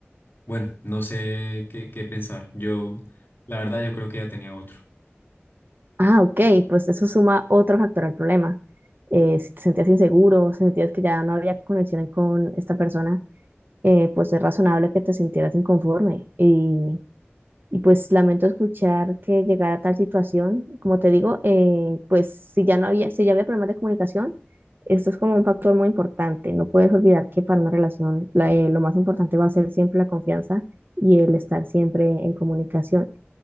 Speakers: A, on the left; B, on the right.
A: bueno, no sé qué, qué pensar. Yo, la verdad, yo creo que ya tenía otro.
B: Ah, ok, pues eso suma otro factor al problema. Eh, si te sentías inseguro, si sentías que ya no había conexión con esta persona, eh, pues es razonable que te sintieras inconforme. Y, y pues lamento escuchar que llegara a tal situación. Como te digo, eh, pues si ya no había, si ya había problemas de comunicación, esto es como un factor muy importante. No puedes olvidar que para una relación la- eh, lo más importante va a ser siempre la confianza y el estar siempre en comunicación.